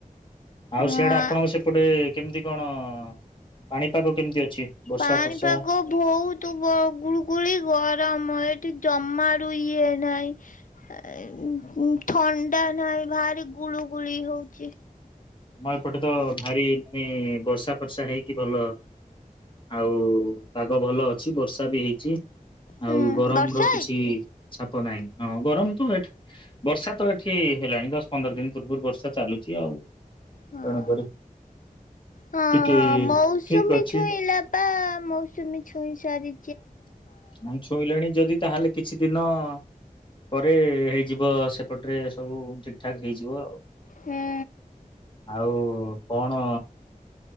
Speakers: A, on the left; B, on the left.
A: ଆଉ
B: ହଁ
A: ସିଆଡେ ଆପଣଙ୍କ ସେପଟେ କେମିତି କଣ ପାଣିପାଗ କେମିତି ଅଛି? ବର୍ଷା
B: ପାଣିପାଗ
A: ଫର୍ଷା?
B: ବହୁତୁ ଗୁଳୁକୁଳି ଗର ଆମର ଏଠି ଜମାରୁୁ ଇଏ ନାହିଁ ଥ ଥଣ୍ଡା ନାହିଁ ଭାରି ଗୁଳୁ କୁଳି ହଉ କି।
A: ଆମ ଏପଟେ ତ ଭାରି ମାନେ ବର୍ଷା ଫର୍ଷା ହେଇକି ଭଲ ଆଉ ପାଗ ଭଲ ଅଛି ବର୍ଷା ବି ହେଇଛି।
B: ହୁଁ
A: ଆଉ ଗରମ
B: ବର୍ଷା
A: ର କିଛି
B: ହେଇଛି
A: <unintelligible> ନାଇଁ ହଁ ଗରମ ତ ଏଠି ବର୍ଷା ତ ଏଠି ହେଲାଣି ଦଶ ପନ୍ଦର ଦିନ ପୂର୍ବରୁ ବର୍ଷା ଚାଲୁଛି ଆଉ।
B: ହଁ
A: ତେଣୁକରି
B: ହଁ
A: ଟିକେ
B: ହଁ ମୌସୁମୀ
A: ଠିକ ଅଛି
B: ଛୁଇଁଲା ବା ମୌସୁମୀ ଛୁଇଁ ସାରି
A: <unintelligible> ଛୁଇଁଲେଣି ଯଦି ତାହେଲେ କିଛି ଦିନ ଦିନ ପରେ ହେଇଯିବ ସେପଟରେ ସବୁ ଠିକ ଠାକ ହେଇଯିବ ଆଉ।
B: ହୁଁ
A: ଆଉ କଣ